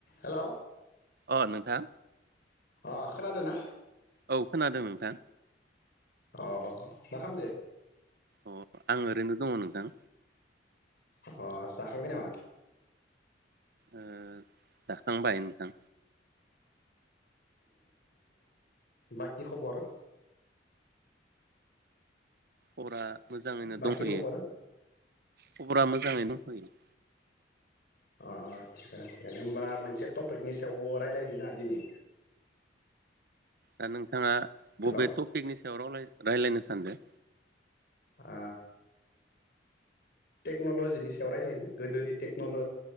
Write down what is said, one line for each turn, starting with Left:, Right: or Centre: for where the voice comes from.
Left: हेल'
Right: अ नोंथां
Left: अ खोनादोंना
Right: औ खोनादों नोंथां
Left: अ मा खालामदों
Right: अ आं ओरैनो दङ नोंथां
Left: अ जाखांबाय नामा?
Right: ओ दा थांबाय नोंथां
Left: बाखि खबर
Right: खबरा मोजाङैनो
Left: बाखि
Right: दंफैयो
Left: खबर
Right: खबरा मोजाङै दंफैयो
Left: अ अ थिगानो थिगानो होमबा मोनसे टपिकनि सायाव रायज्लायनि ना दिनै
Right: दा नोंथाङा
Left: हेलौ
Right: बबे टपिकनि सायाव रायलायनो? रायलायनो सानदो
Left: आ टेक्न'लजिनि सायाव रायलायनि, गोदोनि टेक्नल